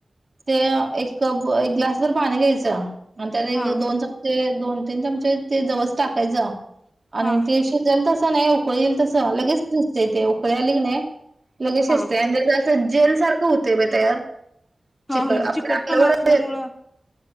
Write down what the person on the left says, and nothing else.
हा
हा
हा
हा
म्हणजे
चिकटपण
असल्यामुळं